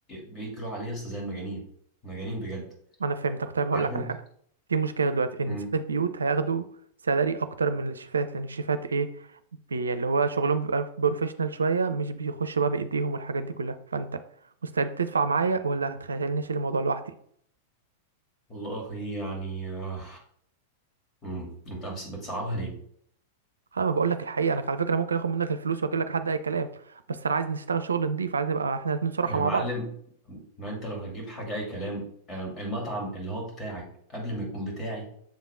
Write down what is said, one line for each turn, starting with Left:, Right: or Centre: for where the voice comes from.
Left: بيجروا عليه اصلا زي المجانين مجانين بجد
Right: انا فهمتك طيب هقول
Left: عارف
Right: لك
Left: انت
Right: على حاجه في مشكله دلوقتي ان
Left: مم.
Right: سيد البيوت هياخدوا سالاري اكتر من الشيفات لان الشيفات ايه بي اللي هو شغلهم بيبقى بروفيشنال شويه مش بيخش بقى بايديهم والحاجات دي كلها فانت مستعد تدفع معايا ولا هتخيلني اشيل الموضوع لوحدي
Left: والله يعني آه، مم. انت بس بتصعبها ليه
Right: انا ما بقول لك الحقيقه انا على فكره ممكن اخد منك الفلوس واجيب لك حد اي كلام بس انا عايز نشتغل شغل نضيف عايز نبقى احنا الاثنين صراحه
Left: يا
Right: مع
Left: معلم
Right: بعض
Left: ما انت لو هتجيب حاجه اي كلام آه، المطعم اللي هو بتاعك قبل ما يكون بتاعي